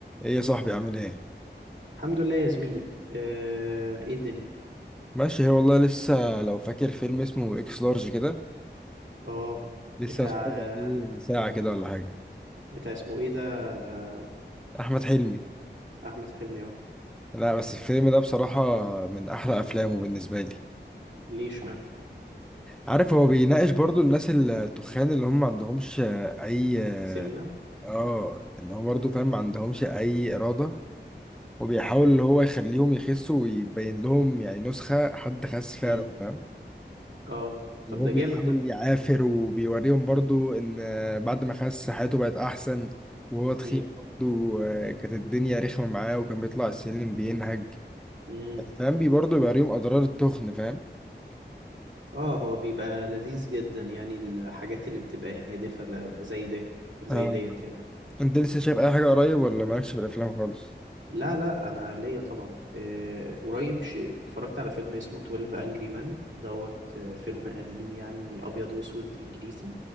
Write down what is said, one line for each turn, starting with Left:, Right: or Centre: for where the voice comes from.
Centre: ايه يا صاحبي عامل ايه
Right: الحمد لله يا زميلي آه، ايه الدنيا
Centre: ماشي هي والله لسه لو فاكر فيلم اسمه اكس لارج كده
Right: اه بتاع
Centre: لسه هتفرج
Right: آه،
Centre: عليه من ساعة كده ولا حاجة
Right: بتاع اسمه ايه ده آه،
Centre: احمد حلمي
Right: احمد حلمي اه
Centre: لا بس الفيلم ده بصراحة من احلى افلامه بالنسبة لي
Right: ليه اشمعنى
Centre: عارف هو بيناقش برضو الناس التخان اللي هم ما عندهمش اي
Right: سمنة
Centre: اه ان هو برضو فاهم ما عندهمش اي ارادة وبيحاول اللي هو يخليهم يخسوا ويبين لهم يعني نسخة حد خس فعلا
Right: امم
Centre: فاهم
Right: اه
Centre: وهو
Right: طب ده
Centre: بيحاول
Right: جامد ده
Centre: يعافر وبيوريهم برضو ان بعد ما خس حياته بقت احسن وهو تخين
Right: امم
Centre: برضو آه، كانت الدنيا رخمة معاه وكان بيطلع السلم بينهج
Right: امم
Centre: فاهم بي برضو بيوريهم اضرار التخن فاهم
Right: اه هو بيبقى لذيذ جدا يعني الحاجات اللي بتبقى هادفة ل- زي دي زي
Centre: آه.
Right: ديت يعني
Centre: انت لسه شايف اي حاجة قريب ولا مالكش في الافلام خالص
Right: لا لا انا ليا طبعا آه، قريب ش- اتفرجت على فيلم اسمه 12 Angry Men دوت آه، فيلم قديم يعني ابيض واسود انجليزي